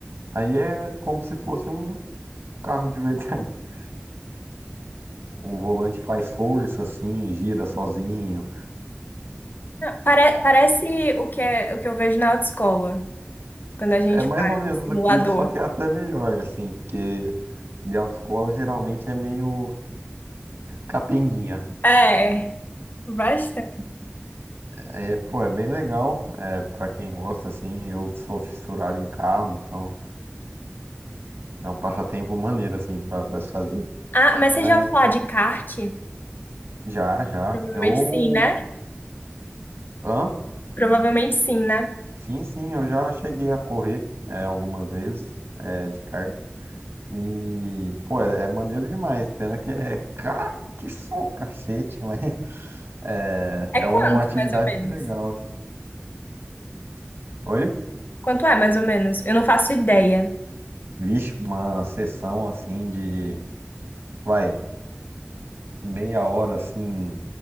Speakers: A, on the right; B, on the left.
A: Aí é como se fosse um carro de verdade. <laughs> O volante faz força, assim, gira sozinho.
B: Pare- parece o que é, o que eu vejo na autoescola, quando a gente
A: É mais
B: faz
A: ou menos
B: o simulador.
A: aquilo, só que é até melhor, assim, porque de autoescola geralmente é meio capenguinha.
B: É, bastante.
A: É, pô, é bem legal. É, pra quem gosta, assim, eu sou fissurado em carro, então é um passatempo maneiro, assim, pra, pra se fazer.
B: Ah, mas
A: Mas
B: você já ouviu falar de kart?
A: já, já.
B: Provavelmente
A: Eu.
B: sim, né?
A: Hã?
B: Provavelmente sim, né?
A: Sim, sim, eu já cheguei a correr é, algumas vezes é, de kart. E, pô, é, é maneiro demais. Pena que é caro, que só <laughs> cacete, mas é,
B: É
A: é
B: quanto,
A: uma atividade
B: mais ou menos?
A: legal. Oi?
B: Quanto é, mais ou menos? Eu não faço ideia.
A: Vixe, uma sessão assim de. Vai, meia hora assim